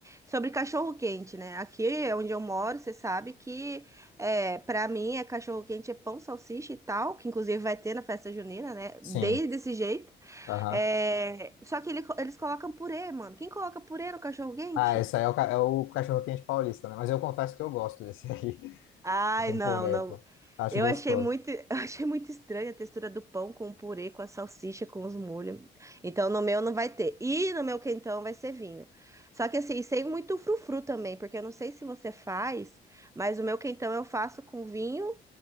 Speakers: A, on the right; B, on the left.
A: sobre cachorro-quente, né? Aqui é onde eu moro, você sabe que é, para mim é cachorro-quente, é pão, salsicha e tal, que inclusive vai ter na festa junina, né?
B: Sim,
A: Desde desse jeito.
B: aham.
A: É, só que ele co- eles colocam purê, mano. Quem coloca purê no cachorro-quente?
B: Ah, esse aí é o, ca- é o cachorro-quente paulista, né? Mas eu confesso que eu gosto desse aí, <laughs>
A: Ai,
B: com
A: não,
B: purê,
A: não.
B: pô. Acho
A: Eu
B: gostoso.
A: achei muito, <laughs> eu achei muito estranha a textura do pão com o purê, com a salsicha, com os molhos. Então, no meu não vai ter. E no meu quentão vai ser vinho. Só que assim, sem muito frufru também, porque eu não sei se você faz, mas o meu quentão eu faço com vinho,